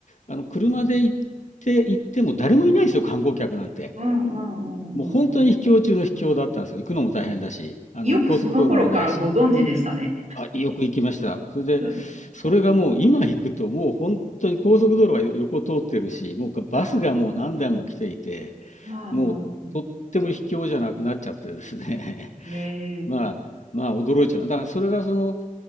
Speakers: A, on the left; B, on the right.
A: あの車で行って行っても誰もいないですよ、観光客なんて。
B: うんうんうんうん。
A: もう本当に秘境中の秘境だったんですよ。行くのも大変だし、あの高速道路もないし。
B: よくその頃からご存知でしたね。
A: あ、よく行きました。それで、
B: <laughs>
A: それがもう今行くともう本当に高速道路はよ横通ってるし、もうかバスがもう何台も来ていて、
B: ああ、ああ、
A: もうとっても卑怯じゃなくなっちゃってですね。<laughs>
B: ええ
A: まあ、まあ驚いちゃう。だからそれがその、